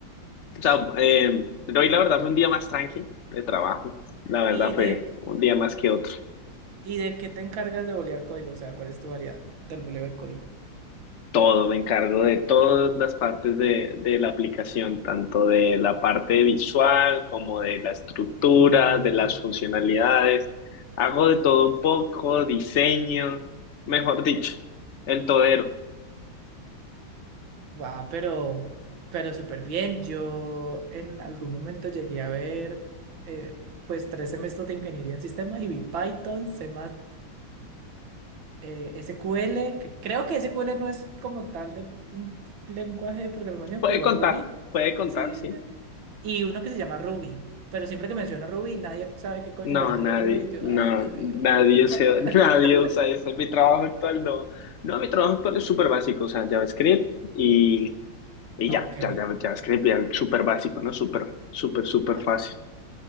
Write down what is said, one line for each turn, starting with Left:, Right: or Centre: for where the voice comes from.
Left: O sea, eh, hoy la verdad fue un día más tranqui de trabajo, la verdad
Right: ¿Y
Left: fue
Right: de, qué-
Left: un día más que otro.
Right: y de qué te encargas de bolear código? O sea, ¿cuál es tu variedad del boleo de código?
Left: todo, me encargo de todas las partes de, de la aplicación, tanto de la parte visual como de la estructura,
Right: Uh,
Left: de las funcionalidades. Hago de todo un poco, diseño, mejor dicho, el todero.
Right: va, pero, pero súper bien. Yo en algún momento llegué a ver, eh, pues, tres semestres de ingeniería en sistemas y vi Python, C++, eh, SQL, que creo que SQL no es como tal de un lenguaje de programación,
Left: Puede
Right: pero igual
Left: contar,
Right: lo vi.
Left: puede contar,
Right: Sí.
Left: sí.
Right: eh. Y uno que se llama Ruby. Pero siempre que menciona Ruby, nadie sabe qué coño
Left: No,
Right: es la madre
Left: nadie,
Right: de Ruby. Yo,
Left: no,
Right: ay, Dios mío,
Left: nadie usa,
Right: ¿por qué?
Left: <laughs>
Right: <laughs>
Left: nadie usa eso. Mi trabajo actual no. No, mi trabajo actual es súper básico, o sea, JavaScript y, y
Right: Ok.
Left: ya, ya, ya, JavaScript ya es súper básico, ¿no? Súper, súper, súper
Right: Ah,
Left: fácil.